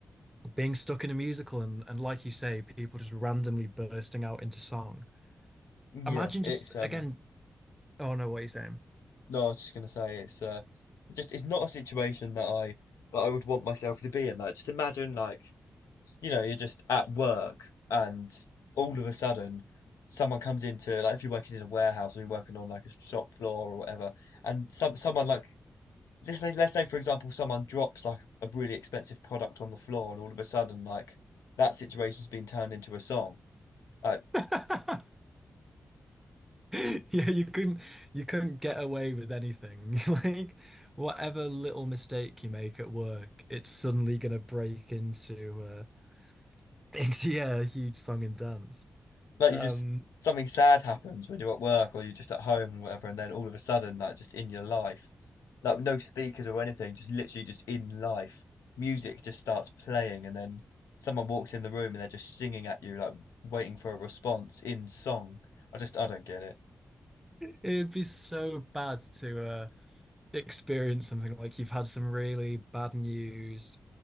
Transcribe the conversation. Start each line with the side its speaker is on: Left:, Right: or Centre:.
Centre: being stuck in a musical and and like you say, people just randomly bursting out into song.
Left: Yeah,
Centre: Imagine
Left: it's
Centre: just
Left: um
Centre: again, oh no, what are you saying?
Left: no, I was just gonna say it's uh just it's not a situation that I that I would want myself to be in. Like just imagine like you know you're just at work and all of a sudden someone comes into like if you're working in a warehouse or you're working on like a shop floor or whatever and some someone like let's say, let's say for example, someone drops like a really expensive product on the floor, and all of a sudden, like that situation's been turned into a song. Like,
Centre: <laughs> <laughs> Yeah, you couldn't you couldn't get away with anything. <laughs> Like whatever little mistake you make at work, it's suddenly gonna break into uh <laughs> into yeah, a huge song and dance.
Left: like
Centre: Um
Left: you just something sad happens when you're at work or you're just at home or whatever, and then all of a sudden, like just in your life, like no speakers or anything, just literally just in life, music just starts playing, and then someone walks in the room and they're just singing at you, like waiting for a response in song. I just I don't get it.
Centre: it'd be so bad to uh experience something like you've had some really bad news,